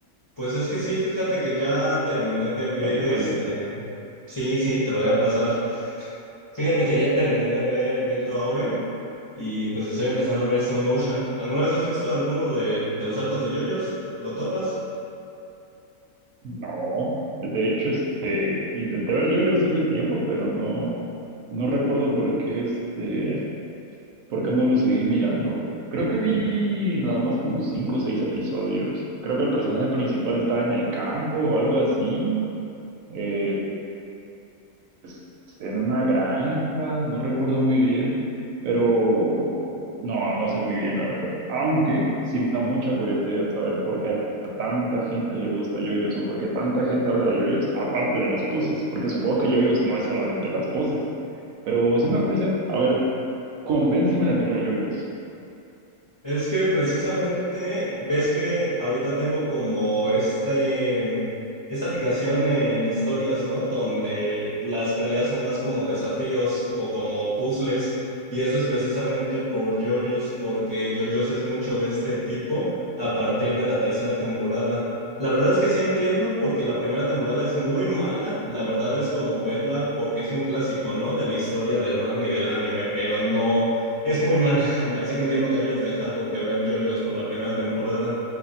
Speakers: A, on the left; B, on the right.
A: Pues es que sí, fíjate que ya terminé de ver
B: Más te
A: este.
B: vale.
A: Sí, sí, te lo voy a pasar. Fíjate que ya terminé de ver Vento Aureo y pues estoy empezando a ver Stone Ocean. ¿Alguna vez has visto alguno de, de los arcos de JoJo's? ¿Lo topas?
B: No, de hecho, este, intenté ver yoyos hace tiempo, pero no, no recuerdo por qué, este, por qué no lo seguí mirando. Creo que vi nada más como cinco o seis episodios. Creo que el personaje principal estaba en el campo o algo así. Eh, pues, en una granja, no recuerdo muy bien, pero no, no sé muy bien la verdad. Aunque sí me da mucha curiosidad saber por qué a tanta gente le gusta yoyos o por qué tanta gente habla de yoyos, aparte de las poses, porque supongo que yoyos no es solamente las poses, pero sí me da curiosidad. A ver, convénceme de mirar yoyos.
A: Es que precisamente ves que ahorita tengo como este, em, esta fijación en historias, ¿no? Donde las peleas son más como desafíos o como puzzles. Y eso es precisamente por JoJo's, porque JoJo's es mucho de este tipo a partir de la tercera temporada. La verdad es que sí entiendo, porque la primera temporada es muy mala. La verdad es como verla porque es un clásico, ¿no? De la historia del manga y del anime, pero no. Es muy mala, <laughs> así que entiendo que hayas dejado de ver JoJo's por la primera temporada,